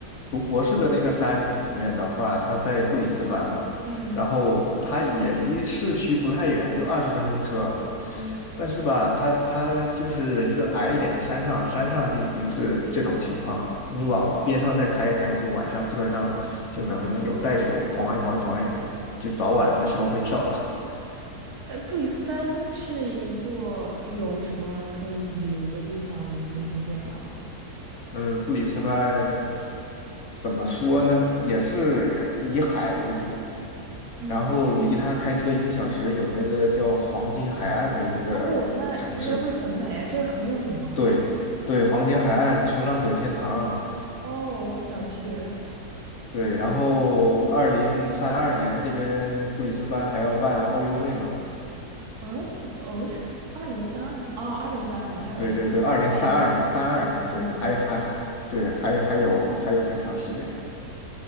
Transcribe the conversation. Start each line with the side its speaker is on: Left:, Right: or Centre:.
Left: 读博士的那个山里面的话，它在布里斯班嘛，
Right: 嗯
Left: 然后它也离市区不太远，就二十分钟车。
Right: 嗯，
Left: 但是吧，它它就是一个矮一点的山上，山上就已经是这种情况了。你往边上再开一开，就晚上基本上就能有袋鼠，咚哎咚哎咚哎，就早晚的时候会跳。<laughs>
Right: 呃，布里斯班是一座有什么可以旅游的地方，有什么景点吗？
Left: 嗯，布里斯班怎么说呢？也是以海为主，
Right: 嗯，
Left: 然后离他开车一个小时有那个叫黄金海岸的一个城市，
Right: 哦，那应该会很美，这个很有名
Left: 对对，黄金海岸冲浪者天堂，
Right: 哦，哦我想去。
Left: 对，然后二零三二年这边布里斯班还要办奥运会嘛，
Right: 嗯，哦，是二零三二年，哦，二零三二年，我还以为是，
Left: 对对对，二零三二年三二年，
Right: 那已经是洛杉洛杉矶，
Left: 对，还还还对，还有还有还有很长时间，